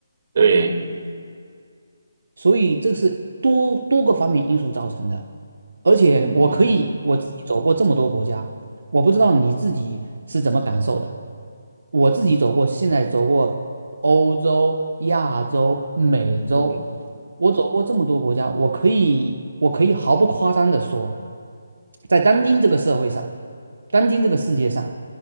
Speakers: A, on the right; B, on the right.
A: 对，
B: 所以这是多多个方面因素造成的。而且我可以我自己走过这么多国家，
A: 嗯
B: 我不知道你自己是怎么感受的。我自己走过，现在走过欧洲、亚洲、美洲，
A: 嗯，
B: 我走过这么多国家，我可以我可以毫不夸张的说，在当今这个社会上，当今这个世界上，